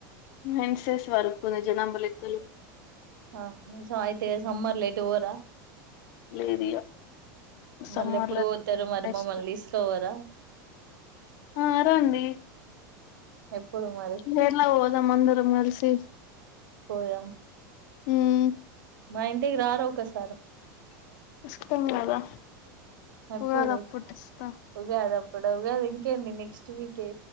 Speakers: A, on the left (about 60°); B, on the right (about 80°).
A: సెన్సెస్ వర్ మన జనాభా లెక్కలు
B: ఆ స అయితే సమ్మర్ల ఎటు ఓరా
A: లేదు ఇగ సమ్మర్
B: మళ్ళ ఎప్పుడు
A: లో
B: వోతారు మరి
A: నెక్స్ట్
B: మమ్మల్ని తీసుకవోరా
A: ఆ రండి
B: ఎప్పుడు మరి
A: కేరళ పోదం అందరం కలిసి
B: పోదాం
A: ఉమ్
B: మా ఇంటికి రారి ఒక్కసా
A: వస్తం కదా
B: ఎప్పుడు
A: ఉగాది అప్పుడు వస్తా
B: ఉగాదాప్పుడా ఉగాది ఇం కేంది నెక్స్ట్ వీకే,